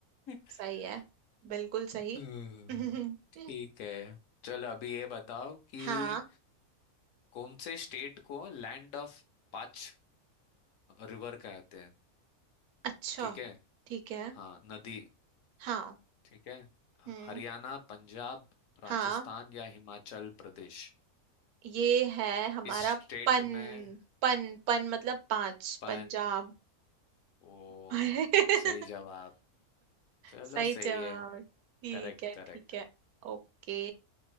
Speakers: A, on the left; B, on the right.
A: <laughs>
B: सही है बिल्कुल सही
A: हम्म,
B: <laughs>
A: ठीक है चलो अभी ये बताओ कि
B: हाँ
A: कौन से स्टेट को लैंड ऑफ पांच रिवर कहते हैं
B: अच्छा
A: ठीक है
B: ठीक है
A: हाँ नदी
B: हाँ
A: ठीक है ह-
B: हम्म
A: हरियाणा पंजाब राजस्थान
B: हाँ
A: या हिमाचल प्रदेश
B: ये है हमारा
A: इस स्टेट
B: पन
A: में
B: पन पन मतलब पांच
A: पन
B: पंजाब
A: ओ
B: <laughs>
A: सही जवाब चलो
B: सही
A: सही
B: जवाब
A: है
B: ठीक
A: Correct
B: है
A: correct
B: ठीक है ओके